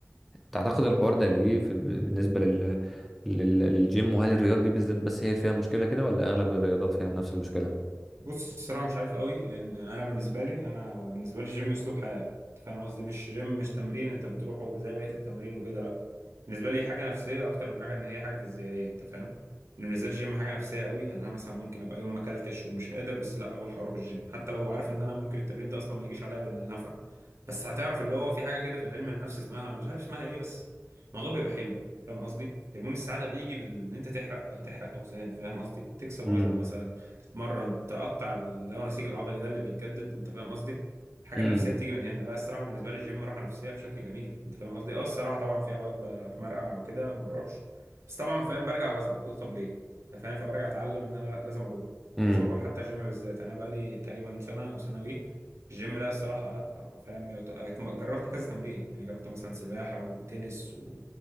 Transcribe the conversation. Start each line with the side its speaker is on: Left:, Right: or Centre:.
Centre: تعتقد الحوار ده ليه في بالنسبه لل... لل... للجيم وهل الرياضه دي بالذات بس هي فيها مشكله كده ولا اغلب الرياضات فيها نفس المشكله
Right: بص الصراحه مش عارف قوي لان انا بالنسبه لي انا بالنسبه لي الجيم اسلوب حياه انت فاهم قصدي مش جيم مش تمرين انت بتروحه زي بقيه التمارين وكده لا بالنسبه لي حاجه نفسيه اكتر من حاجه ان هي حاجه فيزيائيه انت فاهم ان بالنسبه لي الجيم حاجه نفسيه قوي يعني انا مثلا ممكن ابقى يوم ما اكلتش ومش قادر بس لا اقول هروح الجيم حتى لو عارف ان انا ممكن التمرين ده اصلا ما يجيش عليا بالنفع بس هتعرف اللي هو في حاجه كده في العلم النفس اسمها مش عارف اسمها ايه بس الموضوع بيبقى حلو فاهم قصدي هرمون السعاده بيجي بان انت تحرق تحرق اوزان فاهم قصدي تكسر
Centre: امم
Right: وزن مثلا تتمرن تقطع اللي هو نسيج العضلي ده اللي بيتجدد انت فاهم قصدي الحاجه
Centre: امم
Right: النفسيه بتيجي من هنا لا الصراحه بالنسبه لي الجيم راحه نفسيه بشكل جميل انت فاهم قصدي اه الصراحه طبعا في اوقات بتمرقع وكده ما بروحش بس طبعا فاهم برجع بزعل اقول طب ليه انت فاهم فبرجع اتعلم ان انا لا لازم اروح
Centre: امم
Right: لازم اروح حتى الجيم بالذات انا بقى لي تقريبا سنه او سنوي الجيم لا الصراحه لا فاهم يت- جربت كذا تمرين يعني جربت مثلا سباحه وتنس و...